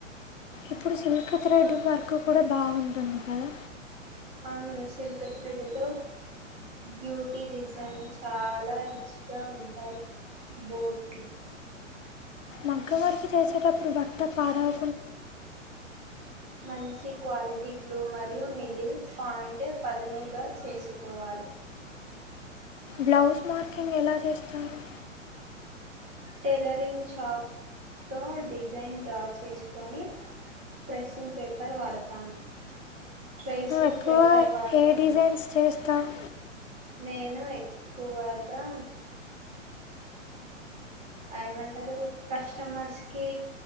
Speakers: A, on the left; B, on the right.
A: ఇప్పుడు సిల్క్ థ్రెడ్ వర్క్ కూడా బాగుంటుంది కదా
B: అవును సిల్క్ త్రేడ్ తో బ్యూటీ డిజైన్ చాలా రిచ్ గా ఉంటాయి బోటి
A: మగ్గం వర్క్ చేసేటప్పుడు బట్ట పాడవు
B: మంన్ మంచి క్వాలిటీ గ్లూ మరియు నిడిల్ పాయింట్ పదునుగా చేసుకోవాలి
A: బ్లౌజ్ మార్కింగ్ ఎలా చేస్తారు
B: టైలరింగ్ షాప్ తో డిజైన్ డ్రా చేసుకొని ప్రెస్సింగ్ పేపర్ వాడతాను టైసింగ్
A: నువ్వు ఎక్కువ
B: పేపర్ వాడతామా
A: ఏ డిజైన్స్ చేస్తావు
B: నేను ఎక్కువగా ఏమంటారు కస్టమర్స్ కి